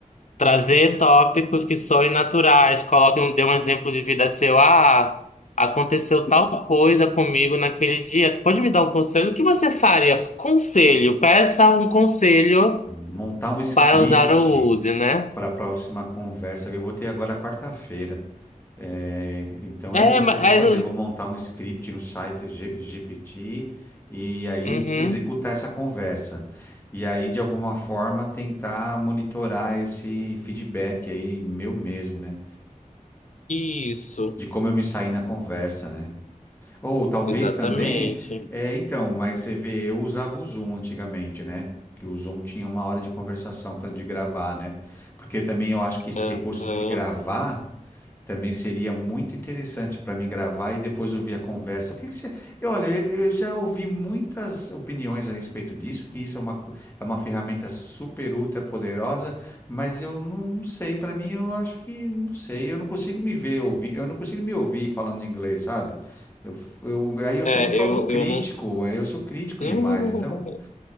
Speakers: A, on the left; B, on the left.
A: Trazer tópicos que soem naturais. Coloque, um- dê um exemplo de vida seu. Ah, aconteceu tal coisa comigo naquele dia. Pode me dar um conselho? O que você faria? Conselho. Peça um conselho
B: Montar um script
A: para usar o would, né?
B: para a próxima conversa. que Eu vou ter agora quarta-feira. É, então
A: É,
B: é isso
A: mas...
B: que eu vou
A: é,
B: fazer. Eu vou montar um script no site G- GPT e aí
A: uhum,
B: executar essa conversa. E aí, de alguma forma, tentar monitorar esse feedback aí, meu mesmo, né?
A: isso.
B: De como eu me saí na conversa, né? Ou talvez
A: Exatamente.
B: também, é, então, mas você vê, eu usava o Zoom antigamente, né? Que o Zoom tinha uma hora de conversação para de gravar, né? Porque também eu acho que esse
A: Aham.
B: recurso de gravar. Também seria muito interessante para mim gravar e depois ouvir a conversa. O que que você... eu, olha, eu eu já ouvi muitas opiniões a respeito disso, que isso é uma, co- é uma ferramenta super ultra poderosa, mas eu não sei. Para mim, eu acho que não sei. Eu não consigo me ver ouvir. Eu não consigo me ouvir falando inglês, sabe? Eu, eu- aí eu
A: É,
B: sou muito
A: eu,
B: autocrítico.
A: eu não...
B: aí Eu sou crítico
A: <laughs>
B: demais. Então